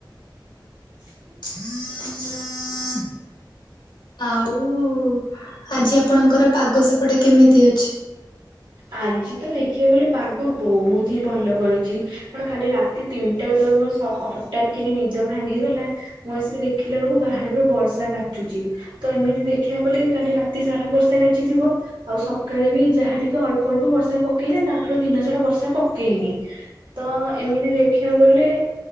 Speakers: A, on the right; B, on the left.
A: <inaudible>
B: ଆଉ ଆଜି ଆପଣଙ୍କର ପାଗ ସେପଟେ କେମିତି ଅଛି?
A: ଆଜି ତ ଦେଖିବାକୁ ଗଲେ ପାଗ ବହୁତି ହିଁ ଭଲ କରିଚି। କଣ କାଲି ରାତି ତିନିଟା ବେଳେ ମୋରସ ହ ହ ହଠାତ୍ କିି ନିଦ ଭାଙ୍ଗିଗଲା ମୁଁ ଆସିକି ଦେଖିଲା ବେଳକୁ ବାହାରେ ପୁରା ବର୍ଷା କାଚୁଚି। ତ ଏମିତି ଦେଖିବାକୁ କଲେ କାଲି ରାତି ସାରା ବର୍ଷା କାଚିଥିବ ଆଉ ସକାଳେ ବି ଯାହା ଟିକେ ଅଳ୍ପ ଅଳ୍ପ ବର୍ଷା ପକେଇଲେ ତାପରେ ଦିନସାରା ବର୍ଷା ପକେଇନି। ତ ଏମିତି ଦେଖିଆକୁ ଗଲେ।